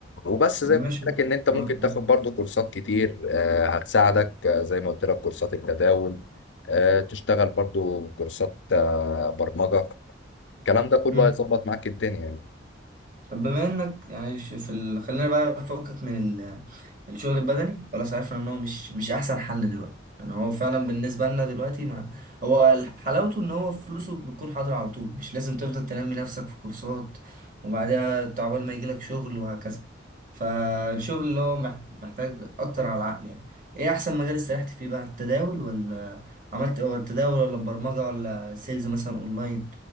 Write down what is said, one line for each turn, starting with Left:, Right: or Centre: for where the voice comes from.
Left: وبس
Right: طب
Left: زي
Right: ماشي
Left: ما قلت لك ان انت ممكن
Right: آه، آه.
Left: تاخد برضو كورسات كتير آه، هتساعدك آه، زي ما قلت لك كورسات التداول آه، تشتغل برضو كورسات آه، برمجة الكلام ده كله
Right: مم.
Left: هيظبط معاك الدنيا يعني
Right: طب بما انك يعني ش- في ال... خلينا بقى نفكك من ال... الشغل البدني خلاص عرفنا ان هو مش مش احسن حل دلوقتي يعني هو فعلا بالنسبه لنا دلوقتي ما هو ال- حلاوته ان هو فلوسه بتكون حاضره على طول مش لازم تفضل تنمي نفسك في كورسات وبعدها تعبال ما يجيلك شغل وهكذا فالشغل اللي هو مح- محتاج اكتر على العقل يعني ايه احسن مجال استريحت فيه بقى التداول ولا عملت ولا التداول ولا البرمجه ولا سيلز مثلا اونلاين